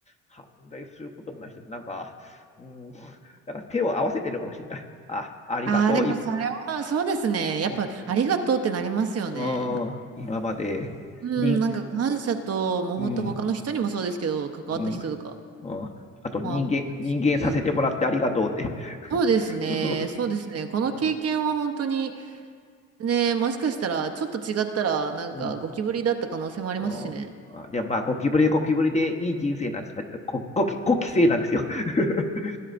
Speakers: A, on the left; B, on the right.
A: 犯罪することもないし、もなんか、うん、なんか手を合わせてるかもしれない。あ、ありがとう、
B: ああ、でもそれは、
A: 今、
B: そうですね。やっぱ、
A: う
B: ありがとうってなりますよね。
A: ん、うん今まで、
B: うん、
A: に、
B: なんか感謝と、もう本当他の人にもそうですけど、
A: うん、
B: 関わった人とか、
A: うん、うん、あと人間、
B: まあ、この地球。
A: 人間させてもらってありがとうって。
B: そうですね、
A: <laughs> う
B: そうですね。この経験は本当に、
A: ん。
B: ね、もしかしたら、ちょっと違ったら、なんかゴキブリだった可能性もありますしね。
A: うん。おーあでもまあ、ゴキブリはゴキブリでいい人生なんです。あゴゴキ、ゴキ生なんですよ。<laughs>